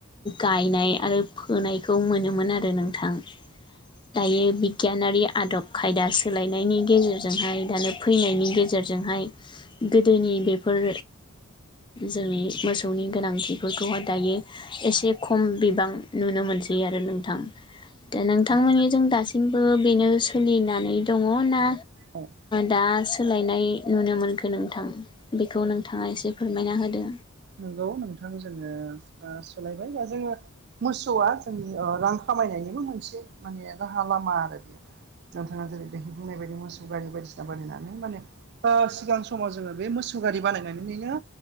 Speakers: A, on the left; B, on the right.
A: गायनाय आरो फोनायखौ मोनोमोन आरो नोंथां दायो बिगियानारि आदब खायदा सोलायनायनि गेजेरजोंहाय दानो फैनायनि गेजेरजों फोरजोंहाय गोदोनि बेफोर जोंनि मोसौनि गोनांथिफोरखौहाय दायो एसे खम बिबां नुनो मोनसै आरो नोंथां दा नोंथांमोननिजों
B: नंगौ
A: दासिमबो बेनो सोलिनानै दङ ना
B: औ औ
A: दा सोलायनाय नुनो मोनखो नोंथां बेखौ नोंथाङा एसे फोरमायना होदो
B: नंगौ नोंथां जोङो सोलायबाय दा जोङो मोसौआ जोंनि रां खामायनाय नायनिबो मोनसे माने राहा लामा आरो बेयो नोंथाङा जेरै देहाय बुंनाय बायदि मोसौ गारि बायदिसिना बानायनानै माने सिगां समाव जोङो बे मोसौ सौ गारि बानायनानै